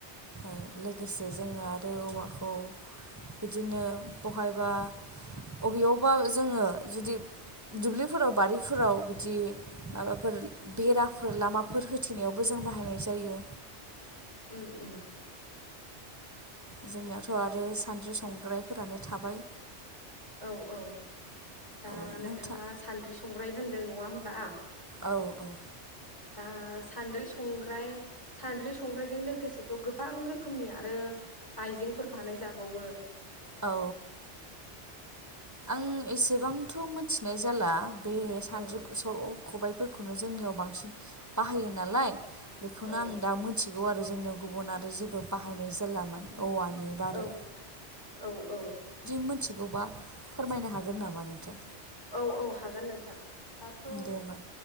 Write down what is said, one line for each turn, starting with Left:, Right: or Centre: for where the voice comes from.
Right: ओ लोगोसे जोङो आरो औवाखौ बिदिनो बहायबा अबेयावबा जोङो जुदि दुब्लिफोराव बारिफोराव बिदि माबाफोर बेराफोर लामाफोर होथेनायावबो जों बाहायनाय जायो।
Left: उम उम
Right: जोंनाथ आरो सान्द्रि संग्रायफोरानो थाबाय
Left: औ औ दा
Right: औ
Left: नोंथाङा
Right: नोंथा
Left: सान्द्रि संग्राय होनदों नङा होमबा
Right: औ औ
Left: दा सानद्रि संग्राय सानद्रि संग्रायजों लोगोसेथ' गोबां रोखोमनि आरो आइजेंफोर बानायजाबावो
Right: औ आं एसेबांथ' मोन थिनाय जाला <unintelligible>
Left: औ
Right: फोरखौनो जोंनियाव बांसिन बाहायो नालाय बेखौनो
Left: औ
Right: आं दा मिथि थिगौ आरो जोंनियाव गुबुन आरो जेबो बाहायनाय जारलामोन। औवानि बारै
Left: औ औ औ
Right: मोथिगौबा फोरमायनो हागोन नामा नोंथां?
Left: औ औ हागोन नोंथां। दाथ'
Right: दे होमबा